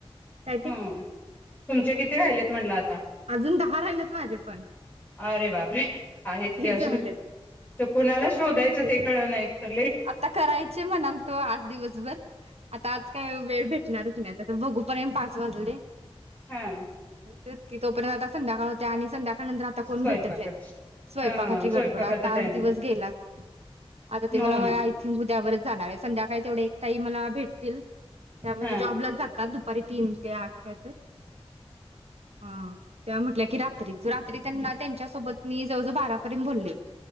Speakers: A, on the right (about 80°); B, on the left (about 15°).
A: काय
B: ह
A: ते?
B: तुमचे किती राहिलेत म्हटलं आ
A: अजून दहा राहिलेत माझे पण.
B: अरे बापरे! आहेत की अजून,
A: झालेत.
B: तर कुणाला शोधायचं
A: तेच की.
B: ते कळना एकतर
A: आता करायचे म्हणाल तो आज दिवस बर, आता आज काय वेळ भेट नारच नाही तर बघू पर्यत पाच वाजले.
B: ह.
A: तेचकी तोपर्यंत आता संधकाळ होत्या. आणि संध्याका त्या नंतर आता
B: स्वयंपाकच
A: कोण भेटत नाही स्वयपाकाची
B: हा
A: गडबड
B: स्वयंपाकाचा
A: आता
B: टायमिंग
A: आज दिवस गेलाच. आता ते मला
B: हो
A: मला
B: ना
A: आय थिंक उद्यावरच जाणार आहे. संध्या काय तेवढे एक ताई मला भेटतील. त्या म्हणजे
B: हा
A: जॉबलाच जातात. दुप दुपारी तीन ते आठ काय तर हा. त्या म्हटल्या की रात्रीच. रात्री त्यांना त्यांच्यासोबत मी जवळजवळ बारापर्यंत बोलले.